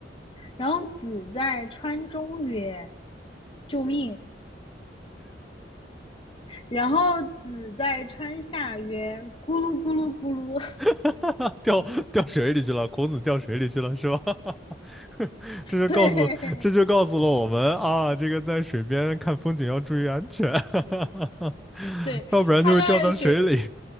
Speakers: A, on the left; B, in the centre.
A: 然后子在川中曰：“救命！”然后子在川下曰：“咕噜咕噜咕噜。<laughs>”
B: <laughs> 掉掉水里去了，孔子掉水里去了，是吧？<laughs> 这就告诉这就告诉了我们啊，
A: 对，
B: 这个在水边看风景要注意安全，<laughs>
A: 对，
B: 要不然就会掉到水里。
A: 他在学，